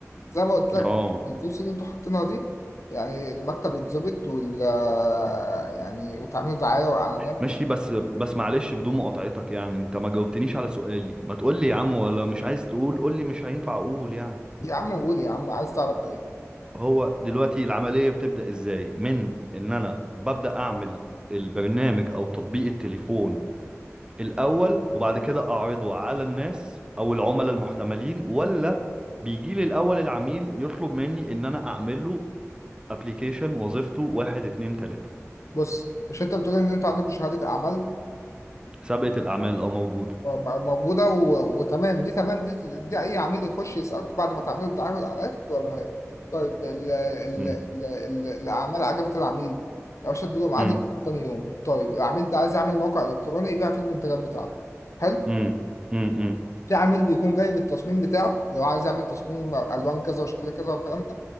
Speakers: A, on the left; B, on the right.
A: زي ما قلت لك
B: اه
A: الفلوس اللي انتوا حاطينها دي يعني المكتب يتظبط وال آه، يعني وتعملوا دعايه واعلانات
B: ماشي بس بس معلش بدون مقاطعتك يعني انت ما جاوبتنيش على سؤالي ما تقول لي يا عم ولا مش عايز تقول قول لي مش هينفع اقول يعني
A: يا عم قول يا عم عايز تعرف ايه
B: هو دلوقتي العملية بتبدأ ازاي من ان انا ببدأ اعمل البرنامج او تطبيق التليفون الأول وبعد كده أعرضه على الناس أو العملاء المحتملين ولا بيجي لي الأول العميل يطلب مني إن أنا أعمل له أبليكيشن وظيفته واحد اتنين تلاتة
A: بص مش انت بتقول ان انت عندك شهاده اعمال
B: سابقة الأعمال أه موجودة
A: آه، موجودة و... وتمام دي تمام دي دي أي عميل يخش يسألكم بعد ما تعملوا الدعاية والإعلانات ولا هي طيب ال... ال...
B: مم.
A: ال... ال... الأعمال عجبت العميل يا باشا ادوا له ميعاد
B: مم.
A: يجيبوا تاني يوم طيب العميل ده عايز يعمل موقع إلكتروني يبيع فيه المنتجات بتاعته حلو
B: مم. مم. مم.
A: في عميل بيكون جايب التصميم بتاعه لو عايز يعمل تصميم ألوان كذا وشكل كذا والكلام